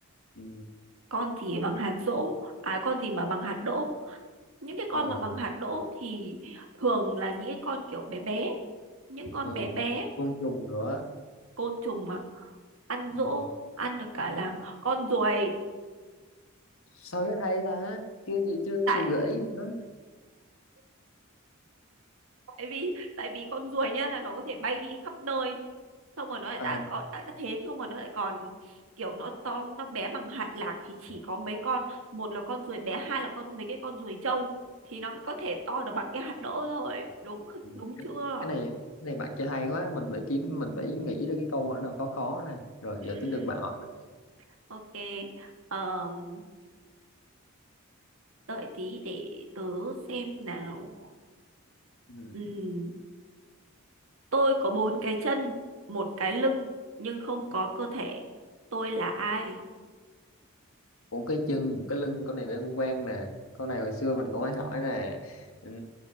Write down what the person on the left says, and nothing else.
ừ.
ờ,
ờ.
côn trùng nữa
ừ.
sao cái hay ta chưa gì chưa
chị gợi ý nữa
Ờ,
ờ,
ừ.
cái
cái này cái này bạn chơi hay quá mình phải kiếm mình phải nghĩ ra cái câu nào khó khó nè rồi
giờ tới lượt bạn hỏi mình
ừ.
một cái chân một cái lưng con này quen quen nè con này hồi xưa mình cũng hay hỏi nè Ừm,